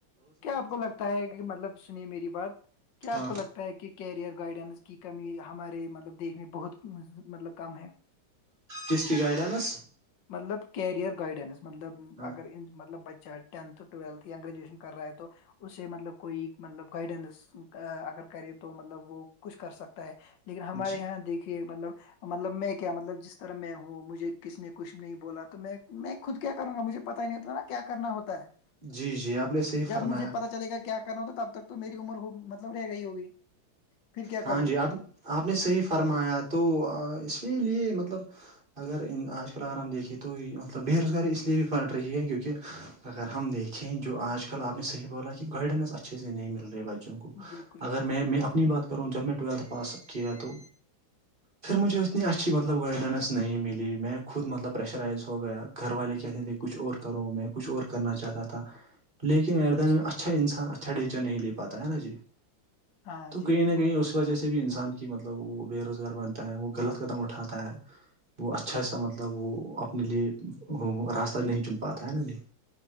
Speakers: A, on the left (about 65°); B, on the right (about 25°).
A: کیا آپ کو لگتا ہے کہ مطلب سنیے میری بات کیا
B: ہاں
A: آپ کو لگتا ہے کہ کیریئر گائیڈنس کی کمی ہمارے مطلب دیش میں بہت مطلب کم ہے
B: جس کی گائیڈنس
A: مطلب کیریئر گائیڈینس مطلب
B: ہاں
A: اگر مطلب بچہ ٹینت ٹویلتھ یا گریجویشن کرا ہے تو اسے مطلب کوئی مطلب گائیڈنس اگر کرے تو مطلب وہ کچھ کر سکتا ہے لیکن ہمارے
B: جی
A: یہاں دیکھیے مطلب مطلب میں کیا مطلب جس طرح میں ہوں مجھے کسی نے کچھ نہیں بولا تو میں میں خود کیا کروں گا مجھے پتا ہی نہیں ہوتا ہے نا کیا کرنا ہوتا ہے
B: جی جی آپ نے صحیح
A: جب
B: فرمایا
A: مجھے پتا چلے گا کیا کرنا ہوتا تب تک تو میری عمر ہو مطلب رہ گ ہی ہوگی پھر کیا
B: ہاں
A: کروں
B: جی آپ آپ نے صحیح فرمایا تو اس کے لیے مطلب اگر آج کل اگر ہم دیکھے تو مطلب بے روزگاری اس لیے بھی پڑٹ رہی ہے کیونکہ اگر ہم دیکھیں جو آج کل آپ نے صح بولا کہ گائیڈنس اچھے سے نہیں مل رہے بچوں کو
A: بالکل بالکل
B: اگر میں میں اپنی بات کروں جب میں ٹویلتھ پاس کیا تو پھر مجھے اتنی اچھی مطلب گائیڈنس نہیں ملی میں خود مطلب پریشرائز ہو گیا گھر والے کہتے
A: جی بالکل
B: تھے کچھ اور کرو میں کچھ اور کرنا چاہتا تھا لیکن
A: جی بالکل
B: ار دن
A: صحیح
B: میں اچھا انسان اچھا ڈیسییژن نہیں لے پاتا ہے نا جی
A: ہاں
B: تو کہیں
A: جی بالکل
B: نہ کہیں اسے اس وجہ سے بھی انسان کی مطلب وہ بے روزگار بنتا ہے وہ غلط قدم اٹھاتا ہے وہ اچھا سا مطلب وہ اپنے لیے راستہ نہیں چن پاتا ہے نا نہیں